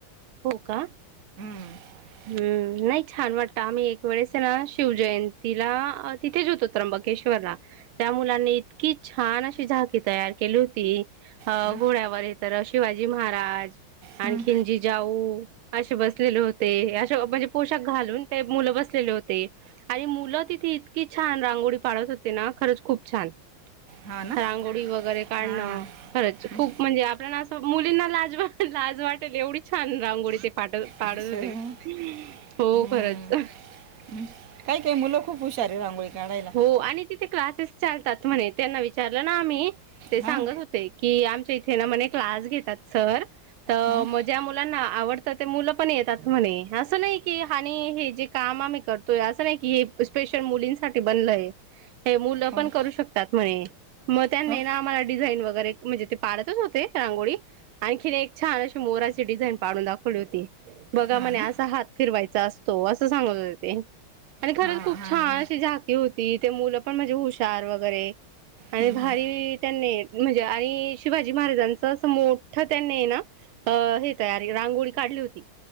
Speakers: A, on the right; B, on the right.
A: हो का
B: हम
A: हम्म नाही छान वाटत आम्ही एक वेळेस ना शिवजयंतीला तिथे ज होतो त्र्यंबकेश्वरला त्या मुलांनी इतकी छान अशी झाकी तयार केली होती अ
B: हम्म.
A: घोड्यावर य तरर शिवाजी महाराज
B: हं.
A: आणि जी जाऊ असे बसलेले होते अे म्हणजे पोशाख घालून ते मुलं बसलेले होते आणि मुलं तिथे इतकी छान रांगोळी पाळत होते ना खरंच खूप छान
B: हो ना
A: रांगोळी वगैरे काढणं
B: हां हां
A: खरंच
B: हं.
A: खूप म्हणजे आपल्याला असं मुलींना लाज वा लाज वाटेल एवढीच छान रांगोळी ते पाठत पाडत
B: अच्छा
A: होते हो
B: हम्म.
A: खरच
B: हम्म. काही काही मुलं खूप हुशार आहे रांगोळी काढायला
A: हो आणि तिथे क्लासेस चालतात म्हणे त्यांना विचारलं ना आम्ही ते
B: हां
A: सांगत होते की आमच्या इथे ना म्हणे क्लास घेतात सर तर
B: हां
A: मग ज्या मुलांना आवडतं ते मुलं पण येतात म्हणे असं नाही की आणि हे जे काम आम्ही करतोय असं नाही की हे स्पेशल मुलींसाठी बनलय हे मुलं
B: हो
A: पण
B: ना.
A: करू शकत ात म्ह मग त्यांनी
B: हो
A: ना आम्हाला डिझाईन वगैरे म्हणजे ते पाळतच होते रांगोळी आणखी एक छान अशी मोराची डिझाईन पाडून दाखवली होती बघा
B: हां
A: म्हणे
B: ना
A: असा हात फिरवायचा असतो असं सांगत होते ते आणि खर
B: हा हा
A: खूप
B: हा
A: छान अशी झाकी होती ते मुलं पण म्हणजे हुशार वगैरे आणि
B: हम्म,
A: भारी
B: हम्म.
A: त्यांनी म्हणजे आणि शिवाजी महाराजांच अस मोठ त्यांनी आहे ना अ हे तयारी रांगोळी काढली होती